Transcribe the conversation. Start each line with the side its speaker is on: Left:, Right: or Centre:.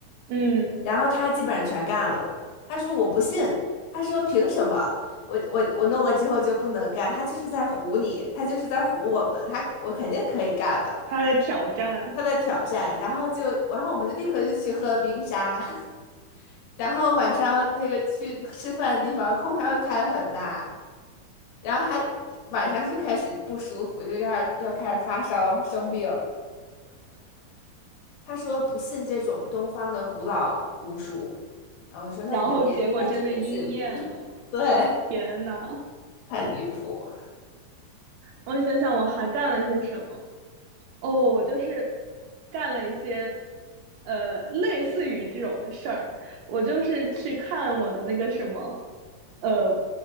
Right: 嗯，
Left: 然后他基本上全干了。他说我不信，他说凭什么我我我弄了之后就不能干？他就是在唬你，他就是在唬我们，他我肯定可以干的。
Right: 他在挑战。
Left: 他在挑战，然后就然后我们就立刻就去喝冰沙，<laughs> 然后晚上那个去吃饭的地方空调又开得很大，然后还晚上就开始不舒服，就要要开始发烧生病。他说不信这种东方的古老巫术，然后我说那你就别那你就别信，
Right: 然后结果真的应验了，
Left: <laughs> 对。
Right: 天呐，
Left: 太离谱。
Right: 我想想我还干了些什么？哦，我就是干了一些呃类似于这种的事儿。我就是去看我的那个什么，呃，